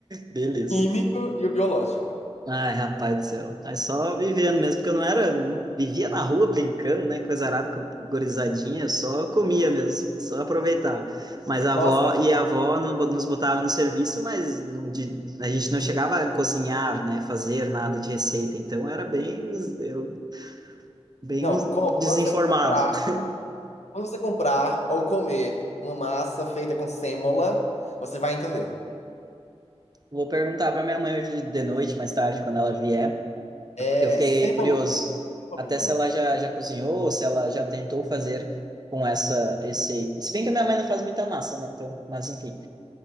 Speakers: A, on the right (about 35°); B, on the left (about 85°).
A: Beleza.
B: Químico e o biológico.
A: Ai, rapaz do céu. Aí só vivendo mesmo, porque eu não era, não- vivia na rua brincando, né? Coisa arada, com a gurizadinha, eu só comia mesmo, só aproveitava. Mas a
B: Nossa,
A: avó, e a avó no- nos botava no serviço, mas não, de- a gente não chegava a cozinhar, né? Fazer nada de receita, então era bem, eu, bem
B: Não, com- quando
A: desinformado.
B: você comprar,
A: <laughs>
B: quando você comprar ou comer uma massa feita com sêmola, você vai entender.
A: Vou perguntar para minha mãe hoje de noite, mais tarde, quando ela vier.
B: É
A: Porque eu fiquei
B: sêmola
A: curioso,
B: de semolina.
A: até se ela já, já cozinhou, se ela já tentou fazer com essa, esse... Se bem que a minha mãe não faz muita massa, né? Então, mas enfim,